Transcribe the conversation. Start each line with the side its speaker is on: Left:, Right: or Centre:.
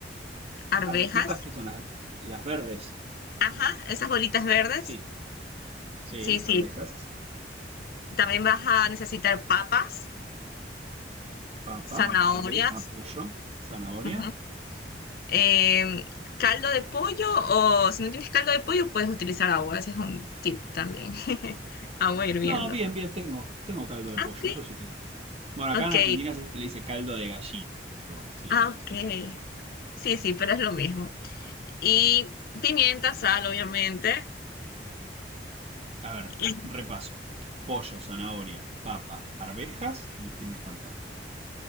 Left: arvejas.
Right: Arvejitas que son las, las verdes.
Left: Ajá, esas bolitas verdes.
Right: Sí, sí,
Left: Sí, sí.
Right: arvejas.
Left: También vas a necesitar papas,
Right: papa,
Left: zanahorias,
Right: arveja, pollo, zanahoria.
Left: ujú, em, caldo de pollo o si no tienes caldo de pollo puedes utilizar agua. Ese es un tip también. <laughs> Agua hirviendo.
Right: No, bien, bien, tengo. Tengo caldo de pollo,
Left: Ok,
Right: eso sí tengo. Bueno, acá
Left: ok,
Right: en Argentina se le dice caldo de gallina. Pero bueno, sí,
Left: ah,
Right: es lo mismo,
Left: ok.
Right: imagino.
Left: Sí, sí, pero es lo mismo. Y pimienta, sal, obviamente.
Right: A ver,
Left: Y,
Right: repaso. Pollo, zanahoria, papa, arvejas. ¿Qué me falta?